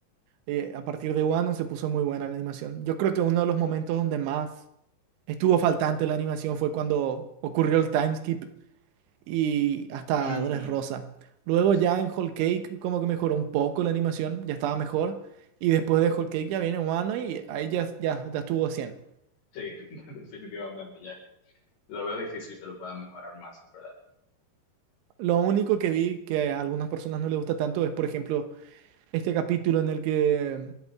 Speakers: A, on the right; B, on the left.
A: eh, a partir de Wano se puso muy buena la animación. Yo creo que uno de los momentos donde más estuvo faltante la animación fue cuando ocurrió el time skip. y hasta
B: Ujú.
A: Dress Rosa. Luego
B: Sí,
A: ya en Whole Cake como que mejoró un poco la animación, ya estaba mejor. Y después de Whole Cake ya viene Wano y ahí ya, ya, ya estuvo a cien
B: sí, <laughs> definitivamente, Jack. Lo veo difícil que lo puedan mejorar más, en verdad.
A: Lo único que vi que a algunas personas no les gusta tanto es, por ejemplo, este capítulo en el que,